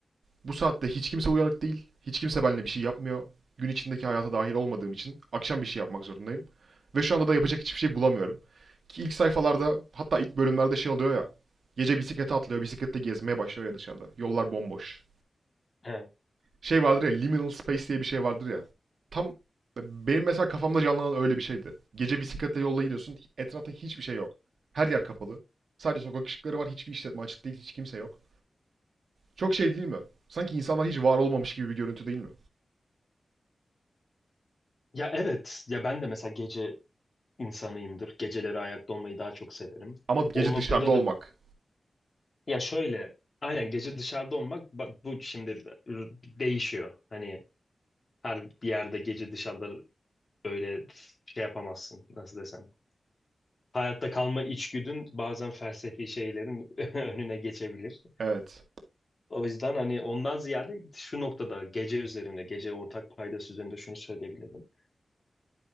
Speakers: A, on the right; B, on the left.
A: Bu saatte hiç kimse uyanık değil. Hiç kimse benimle bir şey yapmıyor. Gün içindeki hayata dahil olmadığım için akşam bir şey yapmak zorundayım. Ve şu anda da yapacak hiçbir şey bulamıyorum. Ki ilk sayfalarda hatta ilk bölümlerde şey oluyor ya. Gece bisiklete atlıyor, bisiklette gezmeye başlıyor ya dışarıda. Yollar bomboş.
B: He.
A: Şey vardır ya, liminal space diye bir şey vardır ya. Tam benim mesela kafamda canlanan öyle bir şeydi. Gece bisikletle yolda gidiyorsun, etrafta hiçbir şey yok. Her yer kapalı. Sadece sokak ışıkları var, hiçbir işletme açık değil, hiç kimse yok. Çok şey değil mi? Sanki insanlar hiç var olmamış gibi bir görüntü değil mi?
B: Ya evet, ya ben de mesela gece insanıyımdır. Geceleri ayakta olmayı daha çok severim.
A: Ama gece
B: O noktada
A: dışarıda olmak.
B: da ya şöyle, aynen gece dışarıda olmak bak bu şimdi değişiyor. Hani her bir yerde gece dışarıda böyle şey yapamazsın nasıl desem. Hayatta kalma içgüdün bazen felsefi şeylerin <laughs> önüne geçebilir.
A: Evet.
B: O yüzden hani ondan ziyade şu noktada gece üzerinde, gece ortak paydası üzerinde şunu söyleyebilirim.